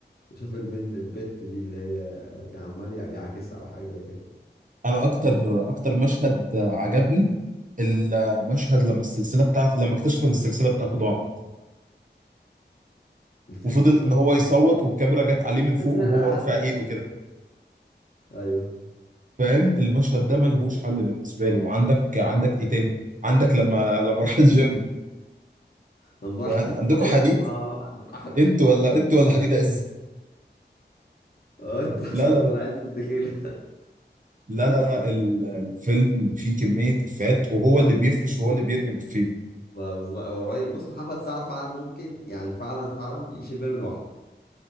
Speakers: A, on the left (about 55°); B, on the right (about 45°).
A: وشاف البنت البت دي اللي هي كان عمال يع- يعاكسها او حاجه زي كده
B: انا اكتر اكتر مشهد عجبني المشهد لما السلسله بتاعت لما اكتشف ان السلسله بتاعته ضاعت
A: السلسله
B: وفضل ان هو يصوت والكاميرا جت عليه من فوق
A: السلسله
B: وهو رافع ايده كده
A: ايوه
B: فاهم المشهد ده ملهوش حل بالنسبه
A: اه
B: لي وعندك عندك ايه تاني عندك لما لما راح الجيم
A: لما راح
B: وقعد عندكم
A: <laughs> الجيم
B: حديد
A: آه، عندك قاعدين
B: انتوا ولا انتوا ولا حديد يا ازاز
A: اه انت احسن
B: لا لا
A: ولا عايز الدخيله
B: لا لا لا ال- الفيلم فيه كمية إفيهات وهو اللي بيفرش وهو اللي بيرمي الإفيه
A: ما بالظبط هو رهيب بص محمد سعد فعلا ممكن يعني فعلا فعلا يشيل فيلم لوحده